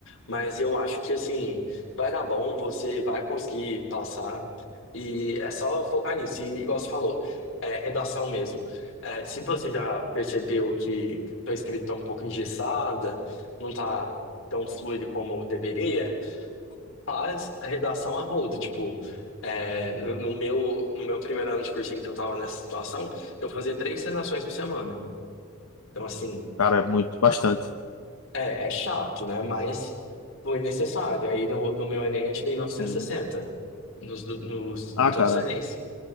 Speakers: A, on the left; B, on the left.
A: Mas eu acho que assim, vai dar bom, você vai conseguir passar e é só focar nisso. E igual você falou, é redação mesmo. É, se você já percebeu que tua escrita está um pouco engessada, não tá tão fluido como deveria, faz a redação a rodo, tipo, é, no no meu, no meu primeiro ano de cursinho que eu tava nessa situação, eu fazia três redações por semana. Então, assim,
B: Cara, muito, bastante.
A: é, é é chato, né? Mas foi necessário. Aí no, no meu Enem eu tirei 960,
B: Sim.
A: nos, do- nos,
B: Ah,
A: em todos
B: cara.
A: os Enems